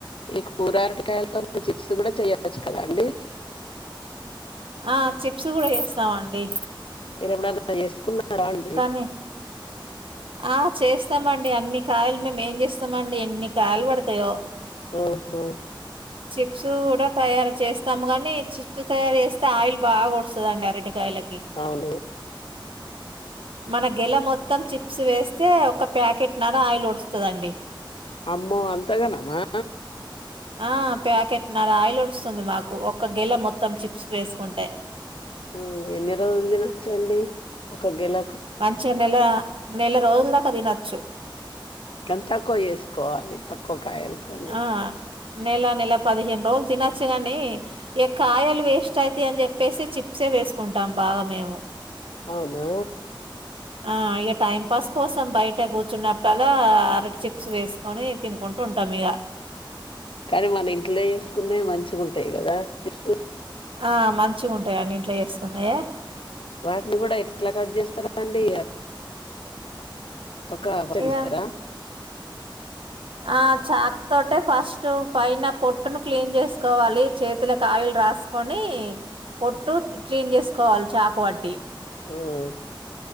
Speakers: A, on the left (about 75°); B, on the right (about 80°).
A: ఈ కూరారటికాయలతోని చిప్స్ కూడా చెయ్యొచ్చు కదండి
B: ఆ చిప్స్ కూడా చేస్తామండి
A: మీరెప్పుడన్న చేసుకున్న నారా అండి
B: కానీ ఆ చేస్తామండి అన్ని కాయలు మేము ఏం చేస్తామండి ఎన్ని కాయలు పడతాయో
A: ఊహూ
B: చిప్స్ కూడా తయారు చేస్తాము కాని చిప్స్ తయారు చేస్తే ఆయిల్ బాగా ఉడుస్తుదండి అరటికాయల
A: అవును
B: మన గెల మొత్తం చిప్స్ వేస్తే ఒక ప్యాకెట్ నర ఆయిల్ ఉడుస్తుదండి
A: అమ్మో అంతగనమా
B: ఆ ప్యాకెట్ నర ఆయిలు ఉడుస్తుంది మాకు ఒక్క గెల మొత్తం చిప్స్ వేసుకుంటే
A: ఉమ్ ఎన్ని రోజులు తినచ్చండి ఒక గెల
B: మంచిగ నెల నెల రోజుల దాకా తినచ్చు
A: ఎంతక్కువ చేసుకోవాలి తక్ క్కువ కాయలతోని
B: ఆ! నెల నెల పదిహేను రోజులు తినొచ్చు గాని ఎ కాయలు వేస్ట్ అయితాయి అని చెప్పేసి చిప్సే వేసుకుంటాం బాగా మేము
A: అవునా
B: ఆ ఇగ టైం పాస్ కోసం బయట కూర్చున్నప్పలా అరటి చిప్స్ వేసుకొని తినుకుంటూ ఉంటాం ఇగ
A: కానీ మన ఇంట్లో చేసుకునేవి మంచిగుంటాయి కదా చెప్సు
B: ఆ మంచిగుంటాయండి ఇంట్లో చేసుకున్నయే
A: వాటిని కూడా ఎట్లా కట్ చేస్తారండి తొక్క <unintelligible>
B: ఇగ
A: తీస్తరా
B: ఆ చాకు తోటే ఫస్ట్ పైన పొట్టును క్లీన్ చేసుకోవాలి చేతులకు ఆయిలు రాసుకొని పొట్టు క్లీన్ చేసుకోవాలి చాకు వట్టి
A: ఉమ్మ్